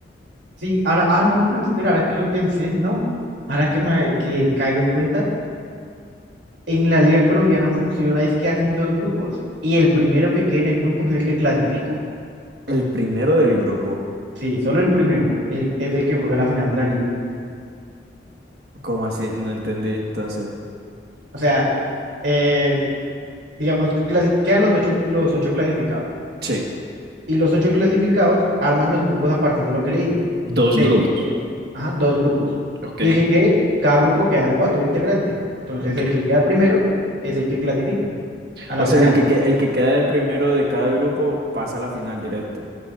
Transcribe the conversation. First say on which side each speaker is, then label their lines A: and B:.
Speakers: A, on the right; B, on the right.
A: sí, ahora, ah, no, pero espera, ahora que lo pensé, no, ahora que me que caigo en cuenta. En la liga colombiana funciona es que hacen dos grupos y el primero que quede en el grupo es el que clasifica.
B: El primero del grupo.
A: Sí, solo el primero el- es el que juega la final de la liga.
B: ¿Cómo así? No entendí, entonces.
A: O sea, eh, digamos, clasi- quedan los ocho, los ocho clasificados
B: Sí,
A: y los ocho clasificados arman los grupos a partir de lo que le dije,
B: dos
A: de
B: grupos.
A: que- ajá, dos grupos.
B: Ok,
A: Y el que quede, cada grupo queda de cuatro integrantes. Entonces,
B: ok.
A: el que queda primero es el que clasifica a la
B: O
A: final.
B: sea, el que, que- el que queda de primero de cada grupo pasa a la final directa.